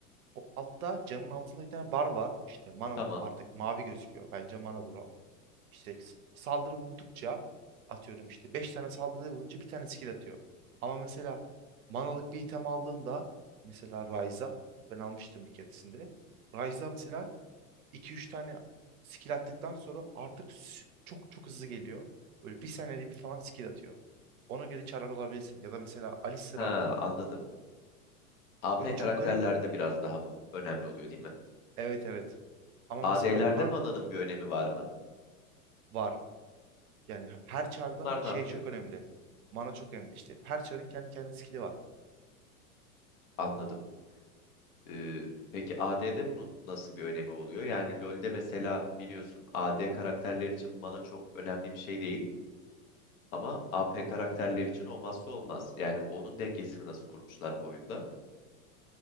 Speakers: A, on the right; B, on the left.
A: O altta camın altında bir tane bar var. İşte mana
B: Tamam.
A: artık mavi gözüküyor. Bence manadır o. İşte s- saldırı vurdukça atıyorum işte 5 tane saldırı vurunca bir tane skill atıyor. Ama mesela manalık bir item aldığında mesela Ryza ben almıştım bir keresinde. Ryza mesela iki üç tane skill attıktan sonra artık s- çok çok hızlı geliyor. Böyle bir saniyede bir falan skill atıyor. Ona göre çarlar alabilirsin. Ya da mesela Alistar
B: Ha,
A: aldın.
B: anladım. AP
A: Böyle çok
B: karakterlerde
A: garip.
B: biraz daha bu önemli oluyor değil mi?
A: Evet evet. Ama
B: AD'lerde
A: mesela tank
B: mananın bir önemi var mı?
A: var. Yani her çarda
B: Onlar
A: şey
B: ne yapıyor?
A: çok önemli. Mana çok önemli. İşte her çarın kendi kendine skill'i var.
B: Anladım. Ee, peki AD'de bunun nasıl bir önemi oluyor? Yani LoL'de mesela biliyorsun AD karakterler için mana çok önemli bir şey değil ama AP karakterler için olmazsa olmaz. Yani onun dengesini nasıl kurmuşlar bu oyunda?